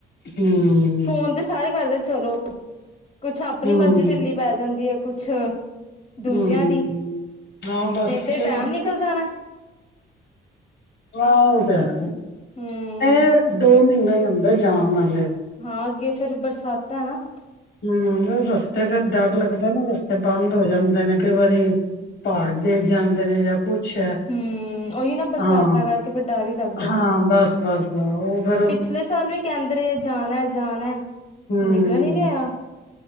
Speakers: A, on the left; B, on the left.
A: ਹਮ
B: ਫੋਨ ਤੇ ਸਾਰੇ ਕਰਦੇ ਚਲੋ ਕੁਛ ਆਪਣੀ
A: ਹਮ
B: ਮਰਜ਼ੀ ਢਿੱਲੀ ਪੈ ਜਾਂਦੀ ਹੈ। ਕੁਛ ਦੂਜਿਆਂ
A: ਹਮ
B: ਦੀ,
A: ਹਾਂ ਬਸ
B: ਏਧੇ
A: ਚਲੋ
B: ਟਾਈਮ ਨਿਕਲ ਜਾਣਾ।
A: ਹਾਂ ਔ ਤੇ ਹੈ।
B: ਹਮ
A: ਇਹ ਦੋ ਮ ਇੰਨਾ ਈ ਹੁੰਦਾ ਜਾਮ ਨਾਲੇ।
B: ਹਾਂ ਅੱਗੇ ਫੇਿਰ ਬਰਸਾਤਾਂ ਨਾ
A: ਹੂ, ਰਸਤੇ ਫਿਰ ਡਰ ਲੱਗਦਾ ਨਾ ਰਸਤੇ ਬੰਦ ਹੋ ਜਾਂਦੇ ਨੇ, ਕਈ ਵਾਰੀ ਪਹਾੜ ਡਿਗ ਜਾਂਦੇ ਨੇ ਜਾਂ ਕੁਛ ਹੈ
B: ਹੂੰ, ਔਈ ਨਾ ਬਰਸਾਤਾਂ
A: ਹਾਂ
B: ਕਰਕੇ ਫਿਰ ਡਰ ਵੀ ਲੱਗਦੈ।
A: ਹਾਂ ਬਸ ਬਸ ਬ ਉਹ ਫੇਰ
B: ਪਿਛਲੇ ਸਾਲ ਵੀ ਕਹਿੰਦੇ ਰਹੇ ਜਾਣੈ, ਜਾਣੈ।
A: ਹਮ
B: ਨਿਕਲਣ ਹੀ ਨਹੀਂ ਹੋਇਆ।